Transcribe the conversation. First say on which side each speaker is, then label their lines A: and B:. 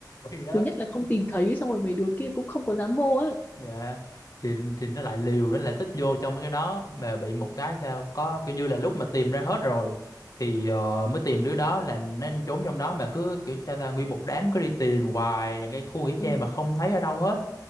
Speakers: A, on the left; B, on the left.
A: thì đó
B: thứ nhất là không tìm thấy xong rồi mấy đứa kia cũng không có dám vô á
A: dạ thì thì nó lại liều nó lại thích vô trong mấy cái đó mà bị một cái sao có kiểu như là lúc mà tìm ra hết rồi thì ờ, mới tìm đứa đó là nên trốn trong đó mà cứ kiểu sao ta nguyên một đám cứ đi tìm hoài cái khu nghỉ trang
B: ừ.
A: mà không thấy ở đâu hết